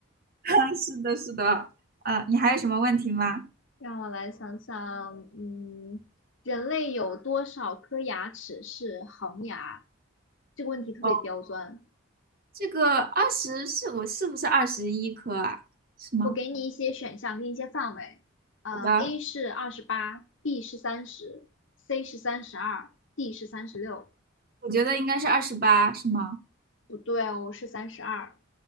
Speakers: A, on the right (about 45°); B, on the left (about 65°).
A: 啊，是的，是的，呃，你还有什么问题吗？
B: 让我来想想，嗯，人类有多少颗牙齿是恒牙？这个问题特别刁钻。
A: 哦，这个二十是我是不是二十一颗啊？是吗？
B: 我给你一些选项跟一些范围，呃，A
A: 好的，
B: 是二十八，B 是三十，C 是三十二，D 是三十六。
A: 我觉得应该是二十八，是吗？
B: 不对哦，是三十二。